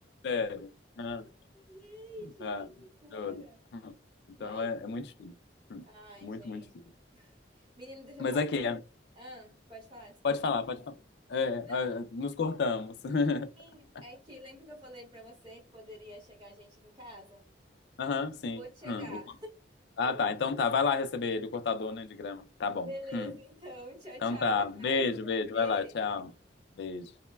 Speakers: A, on the left; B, on the right.
A: Sério. Ah,
B: Gente,
A: ah,
B: que loucura.
A: juro. Hum. Então
B: Mas.
A: é, é muito difícil. Hum.
B: Ai,
A: Muito,
B: gente.
A: muito difícil.
B: Menino, deixa eu
A: Mas
B: falar.
A: aqui,
B: Ah, pode falar, desculpa.
A: Pode falar, pode falar. É,
B: Não,
A: ah, nos cortamos. <laughs>
B: assim, é que lembra que eu falei pra você que poderia chegar gente aqui em casa?
A: Aham, sim.
B: Vou chegar.
A: Hum, o- Ah, tá. Então tá, vai lá receber ele, o cortador, né, de grama. Tá bom.
B: Beleza,
A: Hum.
B: então. Tchau,
A: Então
B: tchau.
A: tá.
B: Até
A: Beijo,
B: mais.
A: beijo.
B: Um beijo.
A: Vai lá, tchau. Beijo.